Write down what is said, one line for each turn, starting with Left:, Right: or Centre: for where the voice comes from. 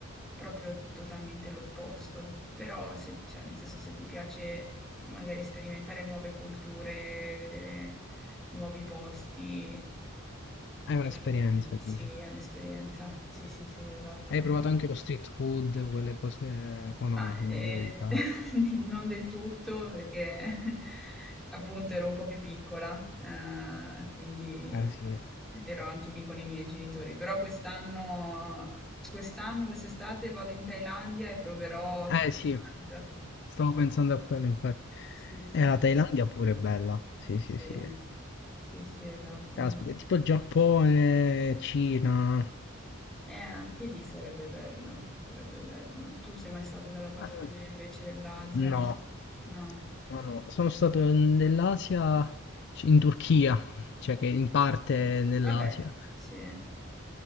Centre: proprio totalmente l'opposto. Però, se, cioè, nel senso, se ti piace magari sperimentare nuove culture, vedere nuovi posti,
Left: è un'esperienza,
Centre: eh, sì,
Left: dici.
Centre: è un'esperienza. Sì, sì, sì, esatto.
Left: Hai provato anche lo street food, quelle cose, o no,
Centre: Ma,
Left: è meglio
Centre: ehm,
Left: evitare.
Centre: <laughs> non del tutto perché <laughs> appunto ero un po' più piccola, ehm, quindi
Left: Eh sì,
Centre: ero anche lì con i miei genitori. Però quest'anno quest'anno, quest'estate vado in Thailandia e proverò
Left: eh
Centre: tutto
Left: sì,
Centre: quanto.
Left: stavo pensando a quello infatti.
Centre: Sì, sì,
Left: E
Centre: sì,
Left: la Thailandia pure è bella, sì sì
Centre: sì,
Left: sì.
Centre: sì, sì, esatto.
Left: Caspita, è tipo Giappone, Cina.
Centre: Eh, anche lì sarebbe bello, sarebbe bello. Tu sei mai stato dalla parte
Left: Eh,
Centre: invece dell'Asia?
Left: No,
Centre: No.
Left: no, no, sono stato nell'Asia, in Turchia, cioè che in parte è nell'Asia.
Centre: Vabbè, sì.